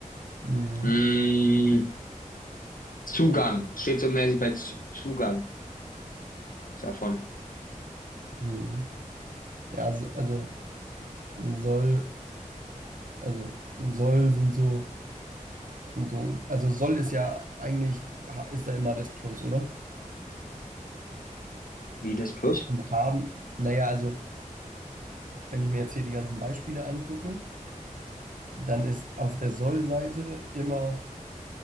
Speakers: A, on the right; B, on the left.
A: Mhm.
B: Mm, Zugang. Steht so mäßig bei Z Zugang davon.
A: Mhm. Ja, so- also soll, also soll sind so, du- also soll ist ja eigentlich, ha- ist da immer das Plus, oder?
B: Wie das plus?
A: Und haben, naja, also wenn ich mir jetzt hier die ganzen Beispiele angucke, dann ist auf der Soll-Seite immer